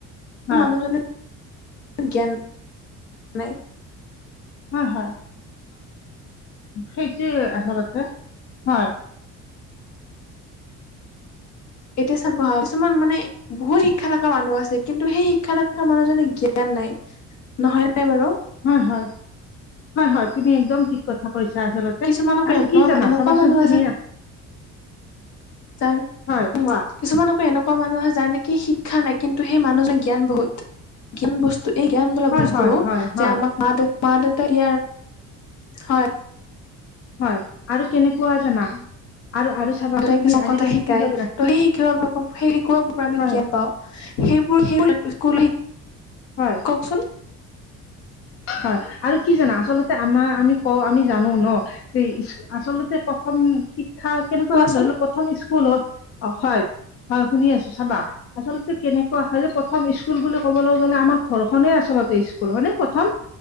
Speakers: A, on the left (about 45°); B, on the left (about 60°).
A: হয়
B: মানুহজনৰ জ্ঞান নাই
A: হয় হয়। সেইটোৱেই আচলতে হয়।
B: এতিয়া চাবা কিছুমান মানে বহুত শিক্ষা থকা মানুহ আছে, কিন্তু সেই শিক্ষা থকা মানুহজনে জ্ঞান নাই। নহয় নে বাৰু?
A: হয় হয় হয় হয় তুমি একদম ঠিক কথা কৈছা আচলতে,
B: কিছুমান আকৌ
A: আৰু
B: এনেকুৱা
A: কি জানা?
B: এনেকুৱা
A: চাবাচোন
B: মানুহ
A: তুমি
B: তাৰ উম
A: হয় কোৱা
B: <inaudible> কিছুমান আকৌ এনেকুৱা মানুহ আছে, যাৰ নেকি শিক্ষা নাই কিন্তু সেই মানুহজন জ্ঞান বহুত। <inaudible> ত' এই জ্ঞান বোলা
A: হয়
B: বস্তু,
A: হয় হয় হয়
B: যে আমাক মা দেউতা মা দেউতাৰ হয়।
A: হয় আৰু কেনেকুৱা জানা আৰু আৰু চাবাচোন
B: মা দেউতাই
A: তুমি
B: কিছুমান
A: আজিকালি
B: কথা শিকায়
A: কি হয় জানা
B: ত'
A: শি-
B: সেই শিকোৱাবিলাকৰ সেই শিকোৱাবোৰৰ পৰা আমি
A: হয়
B: জ্ঞান পাওঁ সেইবোৰ সেইবোৰ স্কুল
A: হয়
B: কওকচোন
A: হয় আৰু কি জানা আচলতে আমাৰ আমি কওঁ আমি জানো ন আচলতে প্ৰথম শিক্ষা কেনেকুৱা
B: কোৱাচোন।
A: ধৰি লও প্ৰথম স্কুল হল হয় শুনি আছো চাবা আচলতে কেনেকুৱা হয় যে প্ৰথম স্কুল বুলি ক'বলৈ গ'লে আমাৰ ঘৰখনেই আচলতে স্কুল হয়নে প্ৰথম